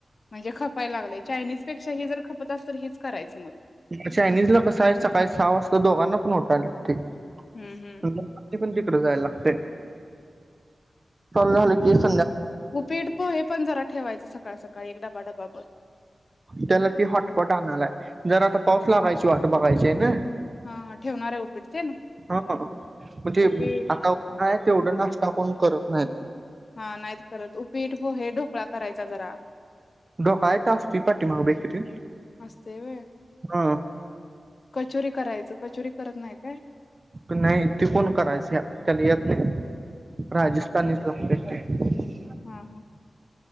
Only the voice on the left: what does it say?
म्हणजे खपायला लागलेय चायनीज पेक्षा हे जर खपत असल तर हेच करायच मग?
हम्म हम्म
उपीठ पोहे पण जरा ठेवायचं सकाळ सकाळी एक डबा डबाभर
हा हा ठेवणार आहे उपीट ते ना
उपीट
हा नाहीत करत उपीठ हे ढोकळा करायचा जरा
असतंय व्हय
कचोरी करायचं कचोरी करत नाही काय
हम् हम्